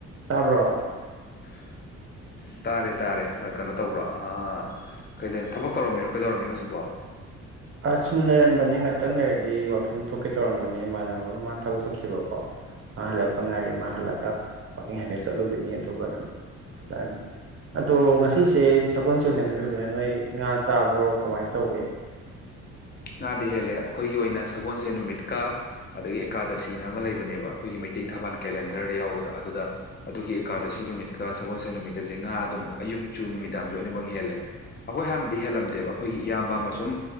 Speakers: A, on the right; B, on the left.
A: ꯇꯥꯕ꯭ꯔꯣ꯫
B: <unintelligible> ꯇꯥꯔꯦ ꯇꯥꯔꯦ ꯑ ꯀꯩꯅꯣ ꯇꯧꯕ꯭ꯔꯥ ꯑ ꯀꯩꯗꯣꯏꯅꯣ ꯊꯕꯛ ꯇꯧꯔꯝꯃꯤꯔꯣ ꯀꯩꯗꯧꯔꯝꯃꯤꯅꯣ ꯍꯧꯖꯤꯛꯄꯣ꯫
A: ꯑ ꯁꯨꯝ ꯂꯩꯔꯝꯕꯅꯦ ꯉꯥꯛꯇꯪ ꯂꯩꯔꯗꯤ ꯋꯥꯛꯀꯤꯡ ꯊꯣꯛꯀꯦ ꯇꯧꯔꯝꯕꯅꯦ ꯏꯃꯥꯟꯅꯕ ꯑꯃ ꯃꯥ ꯊꯕꯛ ꯆꯠꯈꯤꯕꯀꯣ꯫ ꯃꯥ ꯍꯜꯂꯛꯄ
B: ꯎꯝ
A: ꯉꯥꯏꯔꯤ ꯃꯥ ꯍꯜꯂꯒ ꯋꯥꯛꯀꯤꯡ ꯍꯥꯏꯐꯦꯠ ꯆꯠꯂꯨꯈꯤꯅꯤ ꯑꯗꯨꯒ ꯑꯗꯨꯝ ꯍꯜꯂꯛꯑꯅꯤ꯫ ꯑꯗꯣ ꯉꯁꯤꯁꯦ ꯁꯒꯣꯜ ꯁꯦꯟ ꯅꯨꯃꯤꯠ ꯑꯣꯏꯕꯩꯔ ꯅꯣꯏ ꯉꯥ ꯆꯥꯕ꯭ꯔꯣ ꯀꯃꯥꯏꯅ ꯇꯧꯒꯦ
B: ꯉꯥꯗꯤ ꯍꯦꯜꯂꯦ ꯑꯈꯣꯏꯒꯤ ꯑꯣꯏꯅ ꯁꯒꯣꯜꯁꯦꯜ ꯅꯨꯃꯤꯠꯀꯥ ꯑꯗꯒꯤ ꯑꯦꯀꯥꯗꯁꯤꯅ ꯑꯃ ꯂꯩꯕꯅꯦꯕ ꯑꯩꯈꯣꯏꯒꯤ ꯃꯩꯇꯩ ꯊꯕꯥꯟ ꯀꯦꯂꯦꯟꯗꯔꯗ ꯌꯥꯎꯕꯗ ꯑꯗꯨꯗ ꯑꯗꯨꯒꯤ ꯑꯦꯀꯥꯗꯁꯤ ꯅꯨꯃꯤꯠꯀ ꯁꯒꯣꯜꯁꯦꯟ ꯅꯨꯃꯤꯠꯀꯖꯦ ꯉꯥ ꯑꯗꯨꯝ ꯑꯌꯨꯛ ꯆꯨ ꯅꯨꯃꯤꯗꯥꯡꯖꯨ ꯂꯣꯏꯅꯃꯛ ꯍꯦꯜꯂꯦ ꯑꯩꯈꯣꯏ ꯍꯥꯟꯅꯗꯤ ꯍꯦꯜꯂꯝꯗꯦꯕ ꯑꯩꯈꯣꯏꯒꯤ ꯏꯌꯥꯝꯕ ꯑꯃ ꯁꯨꯝ